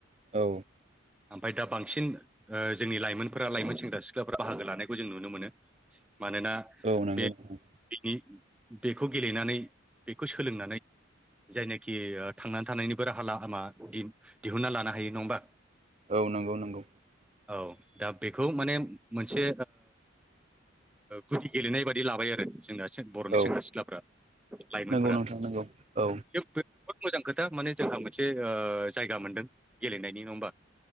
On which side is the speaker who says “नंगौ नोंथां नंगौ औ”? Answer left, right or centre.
Right